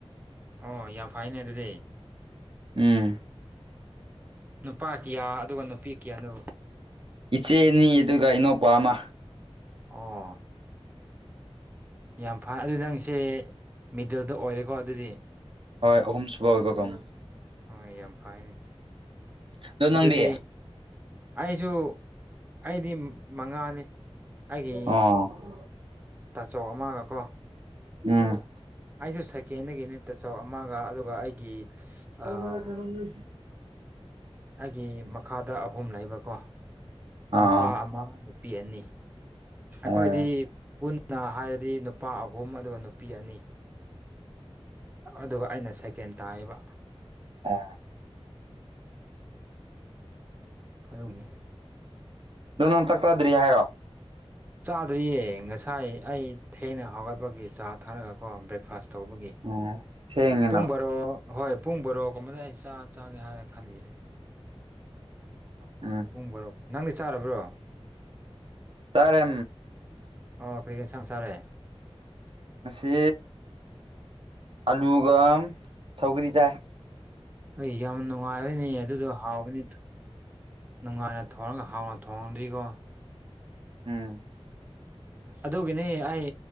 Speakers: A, on the right (about 15°); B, on the right (about 60°).
A: ꯑꯣ ꯌꯥꯝ ꯐꯥꯏꯅꯦ ꯑꯗꯨꯗꯤ
B: ꯎꯝ
A: ꯅꯨꯄꯥ ꯀꯤꯌꯥ ꯑꯗꯨꯒ ꯅꯨꯄꯤ ꯀꯤꯌꯥꯅꯣ
B: ꯏꯆꯦ ꯑꯅꯤ ꯑꯗꯨꯒ ꯏꯅꯧꯄꯥ ꯑꯃ
A: ꯑꯣ ꯌꯥꯝ ꯐꯔ ꯑꯗꯨ ꯅꯪꯁꯦ ꯃꯤꯗꯜꯗ ꯑꯣꯏꯔꯦꯀꯣ ꯑꯗꯨꯗꯤ
B: ꯍꯣꯏ ꯑꯍꯨꯝ ꯁꯨꯕ ꯑꯣꯏꯕ ꯀꯝ
A: ꯍꯣꯏ ꯌꯥꯝ ꯐꯌꯦꯅꯦ
B: ꯑꯗꯣ
A: ꯑꯗꯨꯗꯤ
B: ꯅꯪꯗꯤ
A: ꯑꯩꯖꯨ ꯑꯩꯗꯤ ꯃ ꯃꯉꯥꯅꯤ ꯑꯩꯒꯤ
B: ꯑꯣ
A: ꯇꯥꯆꯧ ꯑꯃꯒꯀꯣ
B: ꯎꯝ
A: ꯑꯩꯁꯨ ꯁꯦꯀꯦꯟꯗꯒꯤꯅꯤ ꯇꯆꯧ ꯑꯃꯒ ꯑꯗꯨꯒ ꯑꯩꯒꯤ
B: <unintelligible>
A: ꯑꯝ ꯑꯩꯒꯤ ꯃꯈꯥꯗ ꯑꯍꯨꯝ ꯂꯩꯕꯀꯣ
B: ꯑꯥ
A: ꯅꯨꯄꯥ ꯑꯃ ꯅꯨꯞ__ ꯄꯤ ꯑꯅꯤ ꯑꯩꯈꯣꯏꯗꯤ
B: ꯎꯝ
A: ꯄꯨꯟ ꯅ ꯍꯥꯏꯔꯗꯤ ꯅꯨꯄꯥ ꯑꯍꯨꯝ ꯑꯗꯨꯒ ꯅꯨꯄꯤ ꯑꯅꯤ ꯑꯗꯨꯒ ꯑꯩꯅ ꯁꯦꯀꯦꯟ ꯇꯥꯏꯌꯦꯕ
B: ꯑꯥ
A: ꯑꯗꯨꯎꯅꯦ
B: ꯗꯨ ꯅꯪ ꯆꯥꯛꯆꯗ꯭ꯔꯤ ꯍꯥꯏꯔꯣ
A: ꯆꯥꯗ꯭ꯔꯤꯌꯦ ꯉꯁꯥꯏ ꯑꯩ ꯊꯦꯡꯅ ꯍꯧꯒꯠꯄꯒꯤ ꯆꯥ ꯊꯥꯔꯒꯀꯣ ꯕ꯭ꯔꯦꯛꯐꯥꯁ ꯇꯧꯕꯒꯤ
B: ꯎꯝ ꯊꯦꯡꯉꯦꯅ
A: ꯄꯨꯡ ꯕꯥꯔꯣ ꯑꯍꯣꯏ ꯄꯨꯡ ꯕꯣꯔꯣꯒꯨꯝꯕꯗ ꯑꯩ ꯆꯥ ꯆꯪꯒꯦ ꯍꯥꯏꯅ ꯈꯟꯂꯤꯕꯩ
B: ꯎꯝ
A: ꯄꯨꯝꯕꯔꯣ ꯅꯪꯗꯤ ꯆꯥꯔꯕ꯭ꯔꯣ
B: ꯆꯥꯔꯦ
A: ꯑꯣ ꯀꯩ ꯌꯦꯟꯁꯥꯡ ꯆꯔꯦ
B: ꯉꯁꯤ ꯑꯂꯨꯒ ꯁꯧꯒ꯭ꯔꯤ ꯆꯥꯏ
A: ꯑꯩ ꯌꯥꯝ ꯅꯨꯡꯉꯥꯏꯕꯅꯦ ꯑꯗꯨꯗꯣ ꯍꯥꯎꯕꯅꯤ ꯅꯨꯡꯉꯥꯏꯅ ꯊꯣꯡꯔꯒ ꯍꯥꯎꯅ ꯊꯣꯡꯉꯗꯤꯒꯣ
B: ꯎꯝ
A: ꯑꯗꯨꯒꯤꯅꯦ ꯑꯩ